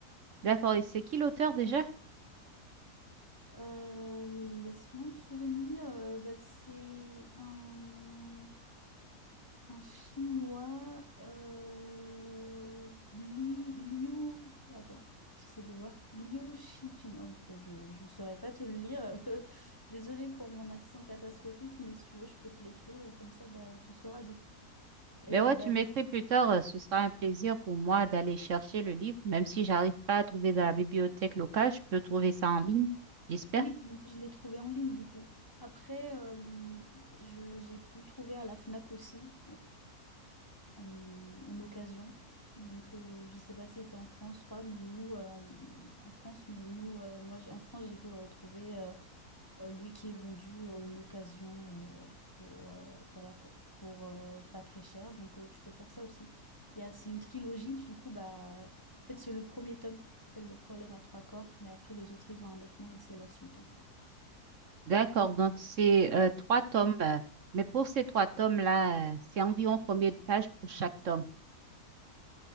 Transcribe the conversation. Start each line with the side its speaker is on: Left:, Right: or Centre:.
Right: D'accord, et c'est qui l'auteur déjà?
Left: Euh, laisse-moi me souvenir, euh, bah, c'est un, un Chinois, euh, Li, Liu, attends, j'essaie de voir, Liu Shijin, oh putain, je, je saurais pas te le lire, <laughs> désolée pour mon accent catastrophique, mais si tu veux, je peux te l'écrire et comme ça, bah, tu sauras du coup. Et
Right: Ben ouais,
Left: bah,
Right: tu m'écris plus tard, euh, ce sera un plaisir pour moi d'aller chercher le livre, même si j'arrive pas à trouver dans la bibliothèque locale, je peux trouver ça en ligne, j'espère.
Left: oui, moi, je l'ai trouvé en ligne du coup. Après, euh, je, j'ai pu le trouver à la Fnac aussi, en, en occasion. Donc, euh, je sais pas si tu en France, toi, mais nous, euh, en, en France, mais nous, euh, moi, j'ai- en France, j'ai pu le retrouver, euh, euh, lui qui est vendu en occasion euh, pour, euh, voilà, quoi, pour euh, pas très cher. Donc, euh, tu peux faire ça aussi. Il y a, c'est une trilogie, du coup, bah, en fait, c'est le premier tome qui s'appelle Le problème à trois corps, mais après, les autres, ils ont un autre nom et c'est la suite, en fait.
Right: D'accord,
Left: Donc,
Right: donc
Left: euh,
Right: c'est euh, trois tomes, euh, mais pour ces trois tomes-là, euh, c'est environ combien de pages pour chaque tome?